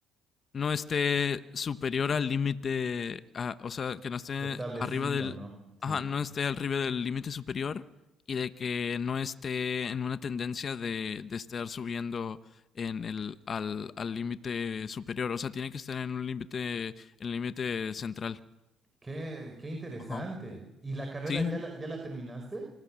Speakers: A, on the left; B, on the right.
A: no esté superior al límite, a- o sea, que no esté
B: Establecido,
A: arriba del,
B: ¿no? Sí.
A: ajá, no esté arriba del límite superior y de que no esté en una tendencia de, de estar subiendo en el, al, al límite superior, o sea, tiene que estar en un límite, el límite central.
B: Qué, qué interesante.
A: Ajá.
B: ¿Y la carrera
A: Sí,
B: ya la, ya la terminaste?